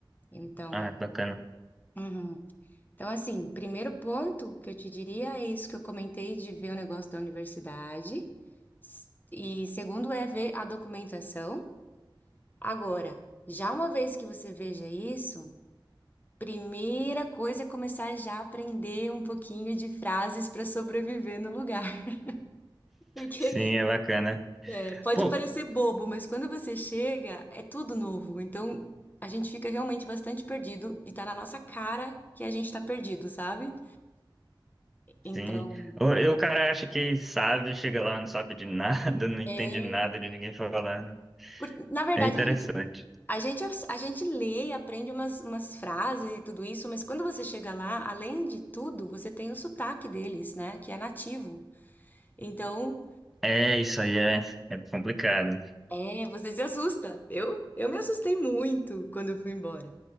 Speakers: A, on the left; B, in the centre.
A: Então,
B: Ah, é bacana.
A: uhum. Então, assim, primeiro ponto que eu te diria é isso que eu comentei de ver o negócio da universidade. S- E segundo é ver a documentação. Agora, já uma vez que você veja isso, primeira coisa é começar já a aprender um pouquinho de frases para sobreviver no lugar. <laughs> porque
B: Sim, é bacana.
A: É, pode
B: Pô,
A: parecer bobo, mas quando você chega, é tudo novo. Então, a gente fica realmente bastante perdido e tá na nossa cara que a gente tá perdido, sabe? Então,
B: sim. O, e o cara acha que sabe, chega lá, não sabe de nada, <laughs> não entende
A: é,
B: nada de ninguém falando.
A: por- na verdade,
B: É interessante.
A: a gente, a gente, a gente lê e aprende umas, umas frases e tudo isso, mas quando você chega lá, além de tudo, você tem o sotaque deles, né? Que é nativo. Então,
B: É, isso aí é, é complicado.
A: é, você se assusta. Eu, eu me assustei muito quando eu fui embora.